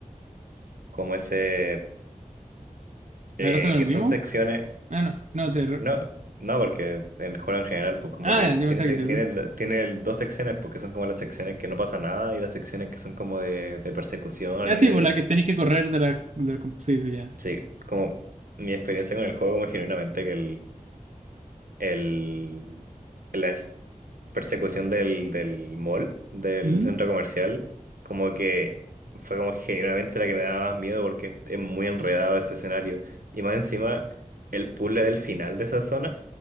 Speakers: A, on the right; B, on the right.
A: como ese, eh,
B: La cosa con el
A: que
B: Wimo.
A: son secciones,
B: Ah, no, no, terror.
A: no, no, porque en juego en general, pues como
B: Ah,
A: que tiene,
B: yo pensaba
A: se-
B: que yo
A: tiene,
B: sé.
A: la- tiene el- dos secciones, porque son como las secciones que no pasa nada y las secciones que son como de, de persecución
B: Ah,
A: y
B: sí,
A: de
B: por la que tenéis que correr de la... De la... comp- Sí, sí, ya.
A: Sí, como mi experiencia con el juego, como genuinamente que el, el, la es- persecución del, del mall, del
B: ¿Mm?
A: centro comercial, como que fue como genuinamente la que me daba más miedo porque es muy enredado ese escenario. Y más encima, el puzzle del final de esa zona,